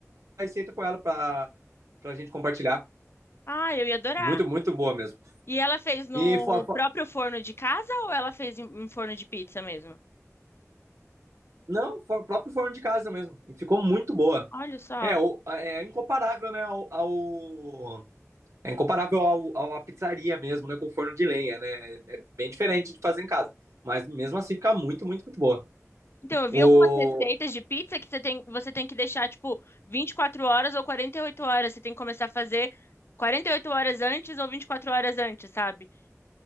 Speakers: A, on the right; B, on the left.
A: a receita com ela para para a gente compartilhar.
B: Ah, eu ia adorar.
A: Muito, muito boa mesmo.
B: E ela fez no
A: E Flá,
B: próprio forno de casa ou ela fez em em forno de pizza mesmo?
A: Não, for, próprio forno de casa mesmo. E ficou muito boa.
B: Olha só.
A: É, o- é incomparável, né, ao, ao- É incomparável ao, ao- à pizzaria mesmo, né, com forno de lenha, né? É, é bem diferente de fazer em casa. Mas mesmo assim fica muito, muito, muito boa.
B: Então, eu
A: O
B: vi algumas receitas de pizza que você tem, você tem que deixar, tipo, 24 horas ou 48 horas. Você tem que começar a fazer 48 horas antes ou 24 horas antes, sabe?